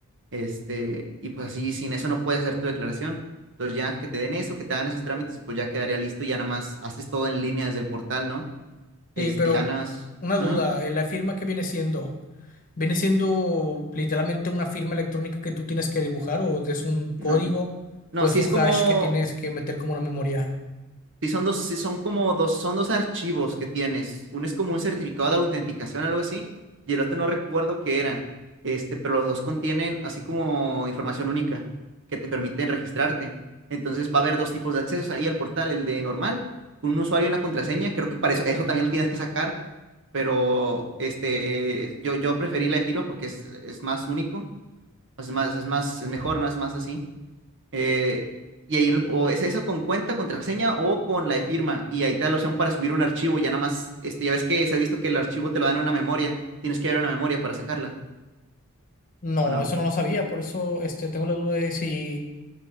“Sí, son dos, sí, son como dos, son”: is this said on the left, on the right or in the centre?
Right